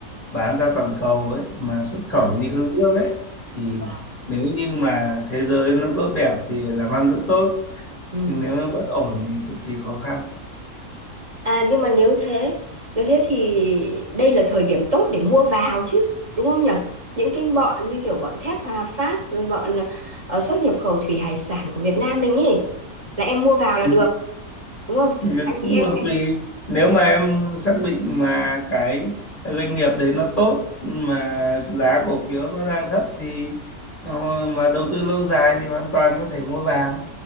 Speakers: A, on the left; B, on the right.
A: bán ra toàn cầu ấy mà xuất
B: vâng
A: khẩu đi các nước ấy thì
B: vâng
A: nếu như mà thế giới nó tốt đẹp thì làm ăn rất tốt
B: ừ.
A: nhưng nếu nó bất ổn thì cực kỳ khó khăn
B: À nhưng mà nếu thế, nếu thế thì đây là thời điểm tốt để mua vào chứ, đúng không nhở? Những cái bọn như kiểu bọn thép Hòa Phát rồi bọn ờ, xuất nhập khẩu thủy hải sản của Việt Nam mình ý là em mua vào là
A: Ừ,
B: được, đúng không?
A: thì
B: Anh
A: cũng
B: chị em
A: còn tùy nếu mà em xác định mà cái doanh nghiệp đấy nó tốt mà giá cổ phiếu nó đang thấp thì ờ, mà đầu tư lâu dài thì hoàn toàn có thể mua vào